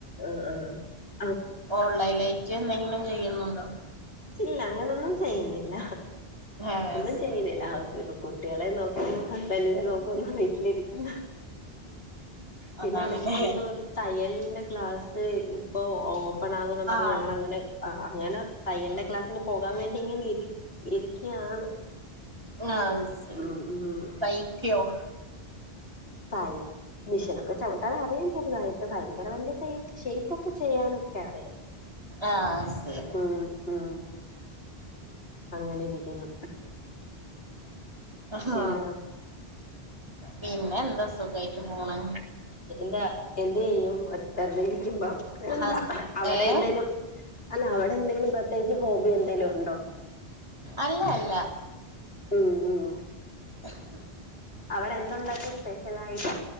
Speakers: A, on the left; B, on the right.
A: ആഹ് ആഹ് ആഹ്
B: ഓൺലൈൻലായിറ്റ് എന്തെങ്കിലും ചെയ്യുന്നുണ്ടോ
A: ഇല്ല അങ്ങനൊന്നും ചെയ്യുന്നില്ല
B: ആഹ്
A: ഒന്നും
B: ശരി
A: ചെയ്യുന്നില്ല ഹൗസ് വൈഫ്‌ കു കുട്ടികളെ നോക്കുന്നു ഹസ്ബൻഡിനെ നോക്കുന്നു വി ട്ടിലിരിക്കുന്നു പിന്നെ
B: അതാണല്ലേ
A: ഇടക്ക് ഒന്ന് തയ്യലിന്റെ ക്ലാസ് ഇപ്പൊ ഓപ്പൺ ആകൂന്ന് പറഞ്ഞ്
B: ആഹ്
A: ഞങ്ങളങ്ങനെ അങ്ങനെ തയ്യൽൻ്റെ ക്ലാസിന് പോകാൻ വേണ്ടി ഇങ്ങനിരി ഇരിക്കയാണ്
B: ആഹ് ശരി
A: ഉം ഉം ഉം
B: <unintelligible>
A: തൈ മിഷനൊക്കെ ചവിട്ടാനറിയാം ചെറുതായിട്ട് ഭയങ്കര വലിയ തയ്യ ഷെയ്പ്പൊക്കെ ചെയ്യാനൊക്കെ അറിയാം
B: ആഹ് ശരി
A: ഉം ഉം അങ്ങനെ ഇരിക്കുന്നു
B: ആഹ്
A: പിന്നെ
B: പിന്നെ എന്താ സുഖായിട്ട് പോണ്
A: എന്താ എന്തെയ്യും വെറുതെ ഇരിക്കുമ്പം എന്താ
B: ഹസ്
A: അവിടെ
B: ഏഹ്
A: എന്തേലും അല്ല അവിടെ എന്തെങ്കിലും പ്രത്യേകിച്ച് ഹോബി എന്തെങ്കിലുണ്ടോ
B: അല്ല അല്ല
A: ഉം ഉം
B: <unintelligible>
A: അവിടെ എന്തുണ്ടാക്കും സ്പെഷ്യലായിട്ട്